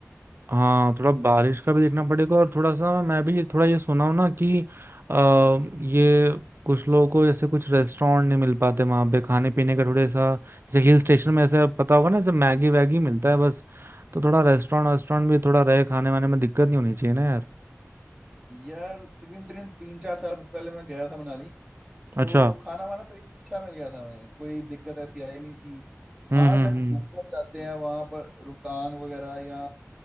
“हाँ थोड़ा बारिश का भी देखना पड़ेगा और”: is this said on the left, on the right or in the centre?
Right